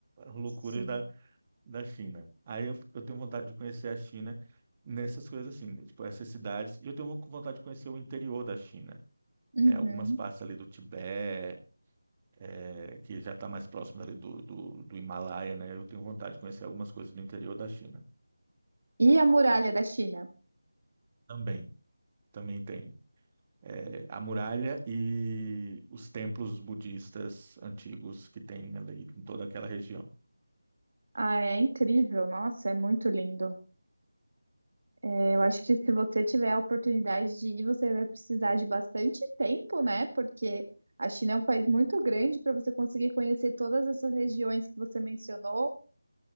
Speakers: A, on the right (about 25°); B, on the right (about 55°).
A: loucuras
B: sim.
A: da, da China. Aí eu, eu tenho vontade de conhecer a China nessas coisas assim, né? tipo essas cidades. E eu tenho vontade de conhecer o interior da China.
B: Uhum.
A: É, algumas partes ali do Tibete, é, que já está mais próximo ali do, do, do Himalaia, né? Eu tenho vontade de conhecer algumas coisas do interior da China.
B: E a muralha da China?
A: Também, também tem é, a muralha e os templos budistas antigos que tem ali em toda aquela região.
B: Ah, é incrível. Nossa, é muito lindo. É, Eu acho que se você tiver a oportunidade de ir, você vai precisar de bastante tempo, né? Porque a China é um país muito grande para você conseguir conhecer todas essas regiões que você mencionou,